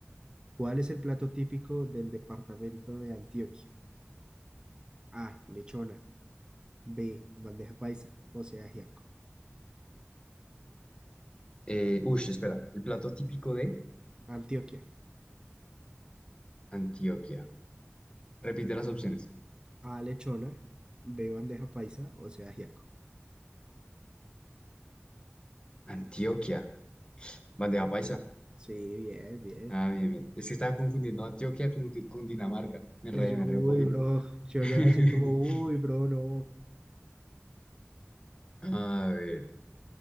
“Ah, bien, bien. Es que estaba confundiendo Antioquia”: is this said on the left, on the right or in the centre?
Left